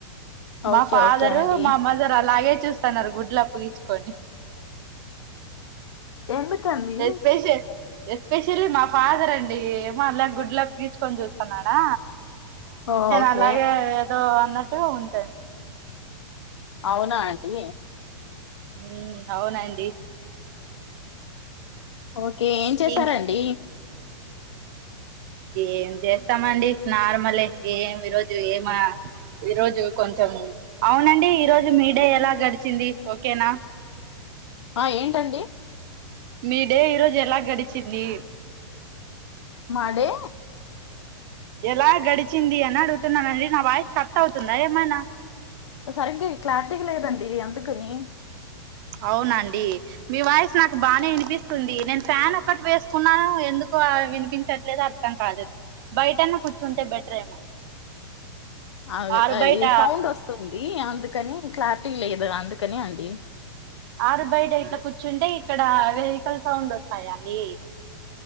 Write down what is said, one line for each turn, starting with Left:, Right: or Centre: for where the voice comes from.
Left: ఓకే
Right: మా ఫాదరు
Left: ఓకే అండి
Right: మా మదర్ అలాగే చూస్తన్నారు గుడ్లుప్పగించుకొని
Left: ఎందుకండి
Right: స్పేషల్ ఎస్పెషలీ మా ఫాదర్ అండి ఏమో అలా గుడ్లా పీచుకొని చూస్తున్నాడా
Left: ఓ, ఓకే
Right: అలాగే ఏదో అన్నట్టుగా ఉంటాంది
Left: అవునా ఆంటీ
Right: హ అవునండి
Left: ఓకే ఏం చేసారంండి
Right: ఇంక్ ఏం చేస్తామండి నార్మలే ఏమి ఈ రజు ఏం ఈ రోజు కొంచెం అవునండి ఈరోోజు మీ డే ఎలా గడిచింది ఓకేనా
Left: ఆ ఏంటండి
Right: మీ డే ఈరోోజు ఎలా గడిచింది
Left: మడే
Right: ఎలా గడిచింది అని అడుగుతున్నానండి నా వాయిస్ కట్ అవుతుందా ఏమైనా
Left: సరిగ్ క్లారిటీ లేదండి అందుకని
Right: అవునండి మీ వాయస్ నాకు బానే వినిపిస్తుంది నేను ఫ్యాన్ ఒక్కటి వేసుకున్నాను ఎందుకు వినిపించట్లేదు అర్థం కదేదు బయటన్నా కూర్చుంటే బెటర్ ఏమో
Left: అ
Right: ఆరు
Left: అది
Right: బయట
Left: సౌండ్ వస్తుంది ఇది అందుకని క్లారిటీ లేదు అందుకని అండి
Right: ఆరు బయట కుర్చీట కూర్చుంటే ఇక్కడ వెహికల్ సౌండ్ వస్తాయాడి